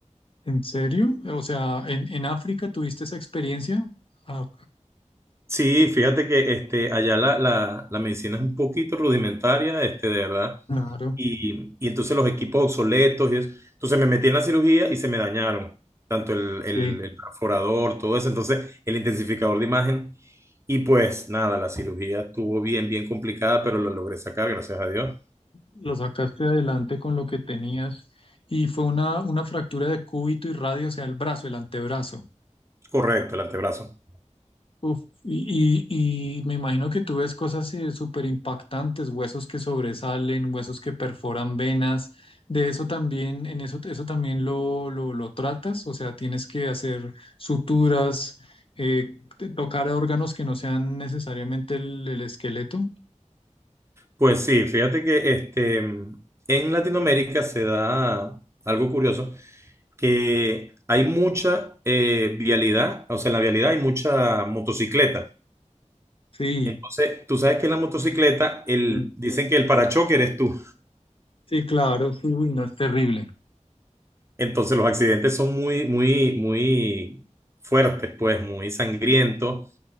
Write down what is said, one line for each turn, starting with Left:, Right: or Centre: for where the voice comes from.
Left: ¿En serio? O sea, ¿en, en África tuviste esa experiencia? Ah,
Right: Sí, fíjate que este, allá la, la, la medicina es un poquito rudimentaria, este, de verdad.
Left: claro.
Right: Y, y entonces los equipos obsoletos y eso. Entonces me metí en la cirugía y se me dañaron, tanto el,
Left: Sí,
Right: el, el perforador, todo eso, entonces el intensificador de imagen. Y pues nada, la cirugía estuvo bien, bien complicada, pero lo logré sacar, gracias a Dios.
Left: lo sacaste adelante con lo que tenías. Y fue una, una fractura de cúbito y radio, o sea, el brazo, el antebrazo.
Right: Correcto, el antebrazo.
Left: Uf, y, y- y me imagino que tú ves cosas eh, súper impactantes, huesos que sobresalen, huesos que perforan venas. De eso también, en eso, eso también lo, lo, lo tratas, o sea, tienes que hacer suturas, eh, t- tocar órganos que no sean necesariamente el, el esqueleto.
Right: Pues sí, fíjate que este, mm, en Latinoamérica se da algo curioso, que hay mucha eh, vialidad, o sea, en la vialidad hay mucha motocicleta.
Left: Sí,
Right: Entonces, tú sabes que en la motocicleta, el,
Left: sí,
Right: dicen que el parachoque eres tú.
Left: sí, claro, sí, uy, no es terrible.
Right: Entonces los accidentes son muy, muy, muy fuertes, pues muy sangrientos,